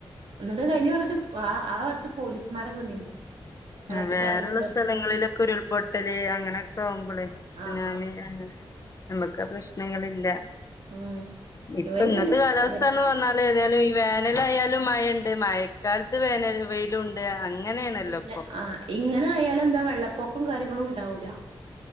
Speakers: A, on the right (about 90°); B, on the left (about 35°).
A: ഇന്നട്ട് കയ്ഞ്ഞ വർഷം ആ ആ വർഷം പോലീസ്മാരൊക്കെ വന്നീനി. വെള്ളത്ത്ക്ക്
B: അ വേറെള്ള
A: എറങ്ങു
B: സ്ഥലങ്ങളിലൊക്കെ ഉരുൾപൊട്ടല് അങ്ങനൊക്കാവുമ്പളേ. സുനാമി
A: ആഹ് ആഹ്
B: അങ്ങനെ നമ്മക്ക് ആ പ്രശ്നങ്ങളില്ല.
A: ഉം
B: ഇപ്പ
A: ഇവര്
B: ഇന്നത്തെ
A: തന്നെ
B: കാലാവസ്ഥാന്ന്
A: ഇവര്
B: പറഞ്ഞാല് ഏതായാലും ഈ വേനലായാലും മയണ്ട് മയ് കാലത്ത് വേനൽ വെയിലൂണ്ട് അങ്ങനേണല്ലൊ.
A: ഇങ്ങ ആഹ് ഇങ്ങനായാലെന്താ വെള്ളപ്പൊക്കും കാര്യങ്ങളും ഉണ്ടാവൂല.